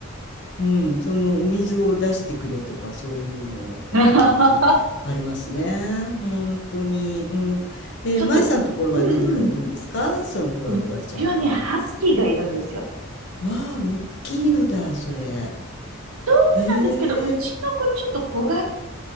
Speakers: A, on the left; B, on the right.
A: うん、そのお水を出してくれとかそういうのが時々
B: か
A: ありますね。本当に。うん。
B: <laughs>
A: えー、
B: ちょっと、
A: 舞さんのところは何かいるんですかそのふわふわちゃんは。
B: うんうん。うちはね、ハスキーがいるんですよ。
A: わあ、おっきいのだ、それ。
B: そうなんですけど、
A: へえ。
B: うちの子ちょっと小型